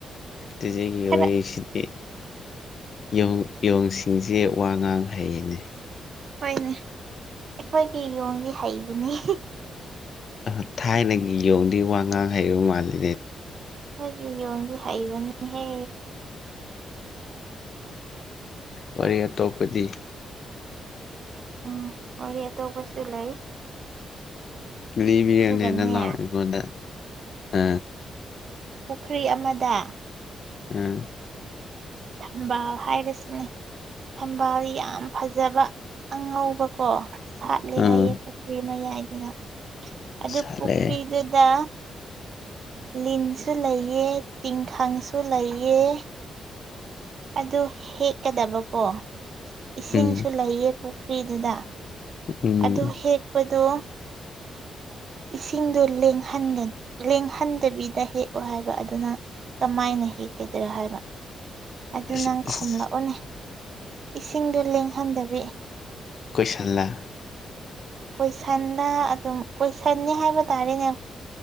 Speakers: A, on the left; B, on the right.
A: ꯆꯦꯆꯦꯒꯤ
B: ꯈꯔ
A: ꯋꯥꯔꯤꯁꯤꯗꯤ ꯌꫭꯡ ꯌꫭꯡꯁꯤꯡꯁꯦ ꯋꯥ ꯉꯥꯡ ꯍꯩꯅꯦ
B: ꯍꯣꯏꯅꯦ ꯑꯩꯈꯣꯏꯒꯤ ꯌꯣꯡꯗꯤ ꯍꯩꯕꯅꯤ
A: ꯑ ꯊꯥꯏꯅꯒꯤ ꯌꯧꯗꯒꯤ ꯋꯥ ꯉꯥꯡ ꯍꯩꯕ ꯃꯥꯜꯂꯤꯅꯦ
B: ꯑꯩꯈꫭꯏꯒꯤ ꯌꯣꯡꯁꯤ ꯍꯩꯕꯅꯤꯍꯦ
A: ꯋꯥꯔꯤ ꯑꯇꯣꯞꯄꯗꯤ
B: ꯎꯝ ꯋꯥꯔꯤ ꯑꯇꯣꯞꯄꯁꯨ ꯂꯩ
A: ꯂꯤꯕꯤꯌꯨꯅꯦ
B: ꯑꯗꯨꯒꯅꯦ
A: ꯅꯅꯥꯎ ꯑꯩꯉꫭꯟꯗ ꯑ
B: ꯄꯨꯈ꯭ꯔꯤ ꯑꯃꯗ
A: ꯑ
B: ꯊꯝꯕꯥꯜ ꯍꯥꯏꯔꯁꯤꯅꯦ ꯊꯝꯕꯥꯜ ꯌꯥꯝ ꯐꯖꯕ ꯑꯉꯧꯕꯀꯣ ꯁꯥꯠꯂꯦ
A: ꯑꯥ
B: ꯍꯥꯏꯌꯦ ꯄꯨꯈ꯭ꯔꯤ ꯃꯌꯥꯏꯗꯨꯅ ꯑꯗꯨ
A: ꯁꯥꯠꯂꯦ
B: ꯄꯨꯈ꯭ꯔꯤꯗꯨꯗ ꯂꯤꯟꯁꯨ ꯂꯩꯌꯦ ꯇꯤꯡꯈꯪꯁꯨ ꯂꯩꯑ ꯑꯗꯨ ꯍꯦꯛꯀꯗꯕꯀꯣ ꯏꯁꯤꯡꯁꯨ
A: ꯎꯝ
B: ꯂꯩꯌꯦ ꯄꯨꯈ꯭ꯔꯤꯗꯨꯗ
A: ꯎꯝ
B: ꯑꯗꯨ ꯍꯦꯛꯄꯗꯣ ꯏꯁꯤꯡꯗꯣ ꯂꯦꯡꯍꯟ ꯂꯦꯡꯍꯟꯗꯕꯤꯗ ꯍꯦꯛꯑꯣ ꯍꯥꯏꯕ ꯑꯗꯨꯅ ꯀꯃꯥꯏꯅ ꯍꯦꯛꯀꯗ꯭ꯔꯥ ꯍꯥꯏꯕ ꯑꯗꯨ
A: ꯑꯁ
B: ꯅꯪ
A: ꯑꯁ
B: ꯈꯨꯝꯂꯛꯎꯅꯦ ꯏꯁꯤꯡꯗꯣ ꯂꯦꯡꯍꯟꯗꯕꯤ
A: ꯀꯣꯏꯁꯟꯂ
B: ꯀꯣꯏꯁꯟꯂ ꯑꯗꯨꯝ ꯀꯣꯏꯁꯟꯅꯤ ꯍꯥꯏꯕ ꯇꯥꯔꯦꯅꯦ